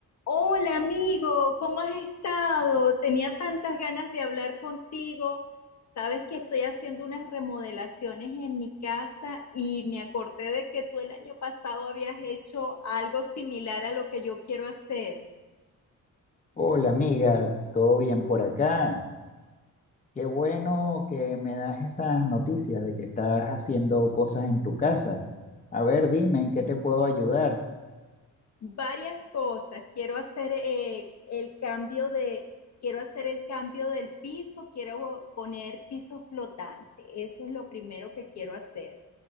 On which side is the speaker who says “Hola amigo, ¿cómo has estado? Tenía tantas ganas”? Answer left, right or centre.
Left